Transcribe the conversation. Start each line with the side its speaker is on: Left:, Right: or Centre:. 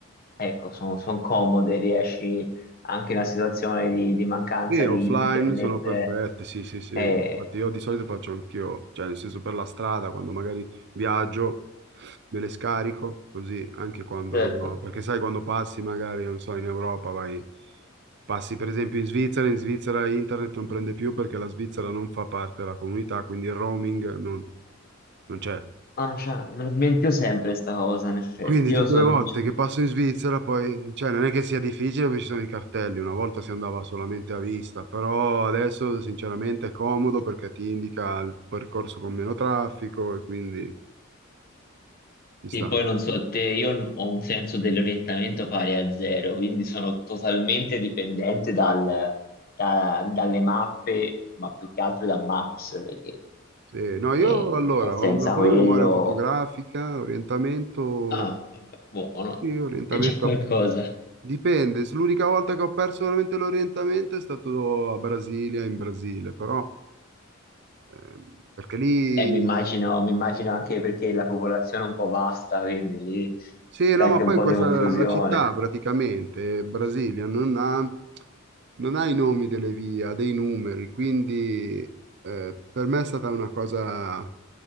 Left: Ecco, sono comode, riesci anche in una situazione di, di mancanza
Right: Sì, offline
Left: di internet.
Right: sono perfette,
Left: eh,
Right: sì, sì, sì.
Left: eh,
Right: Infatti io di solito faccio anch'io, cioè nel senso per la strada, quando magari viaggio, me le scarico, così anche quando
Left: certo,
Right: non ho... Perché sai, quando passi magari, non so, in Europa vai... Passi per esempio in Svizzera, in Svizzera internet non prende più perché la Svizzera non fa parte della comunità, quindi il roaming non, non c'è.
Left: ah, già, me lo dimentico sempre sta cosa, in effetti.
Right: Quindi
Left: Io
Right: tutte
Left: sono...
Right: le volte che passo in Svizzera, poi, cioè, non è che sia difficile perché ci sono i cartelli, una volta si andava solamente a vista, però adesso sinceramente è comodo perché ti indica il percorso con meno traffico e quindi ci sta.
Left: Sì, poi non so te, io n- ho un senso dell'orientamento pari a zero, quindi sono totalmente dipendente dal- da- dalle mappe, ma più che altro da Maps, perché
Right: Sì, no,
Left: eh,
Right: io allora
Left: cioè, senza
Right: ho una buona
Left: quello...
Right: memoria fotografica, orientamento,
Left: Ah, vabbè, buono,
Right: sì, orientamento
Left: è già qualcosa.
Right: a- dipende, s- l'unica volta che ho perso veramente l'orientamento è stato a Brasilia, in Brasile, però... Ehm, perché lì
Left: E mi immagino, mi immagino anche perché la popolazione è un po' vasta, quindi lì
Right: Sì,
Left: c'è
Right: no,
Left: anche
Right: ma poi
Left: un po'
Right: questa,
Left: di confusione.
Right: la città praticamente, Brasilia, non ha, non ha i nomi delle vie, ha dei numeri, quindi eh, per me è stata una cosa,